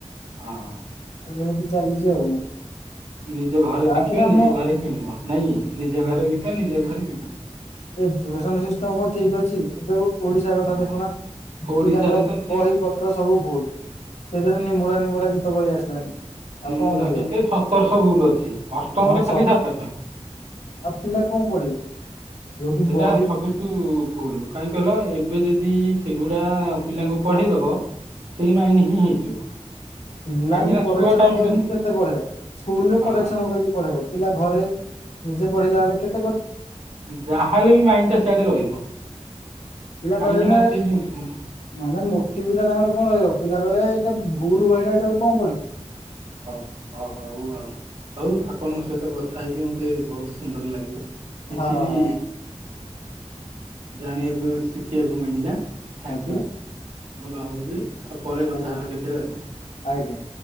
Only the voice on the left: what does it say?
ଏମିତି ଚାଲିଛି ଆଉ।
ତାପରେ
ଆମ
ଏଜୁକସନ ସିଷ୍ଟମ କଣ ଠିକ୍ ଅଛି? ଏବେ ଉ ଓଡିଶା କଥା
ଦେଖୁନ
ପିଲାଙ୍କର
ବହି ପ ଏଡା ସବୁ ଭୁଲ୍ ସେଥିରେ ନିମୁଡ଼ା ନିମୁଡା ଗୀତ ପଳି ଆସିଲାଣି। ଆଉ
କଣ କରିବ
ହଁ
ସ
ଆଉ ପିଲା କଣ ପଢିବେ ଯୋଉଠି
ବହି
ପିଲାଙ୍କୁ
କରେକ୍ସନ
କରିକି
କେତେ ପଢେଇବା ସ୍କୁଲ ରେ କରେକ୍ସନ
କରିକି ପଢେଇବ ପିଲା ଘରେ ନିଜେ ପଢିଲା ବେଳେ କେତ
ପିଲା
କହିବେ
ମାନେ ମୋଟିଭି ଟା ତାଙ୍କର କଣ ରହିବ ପିଲା କହିବେ ଏଟା ଭୁଲ୍ ବହିଟା ଏଇଟାକୁ କଣ ପଢ଼ିବୁ।
ହଁ
ହଁ
ଆଚ୍ଛା
ଆଜ୍ଞା
ଆଜ୍ଞା।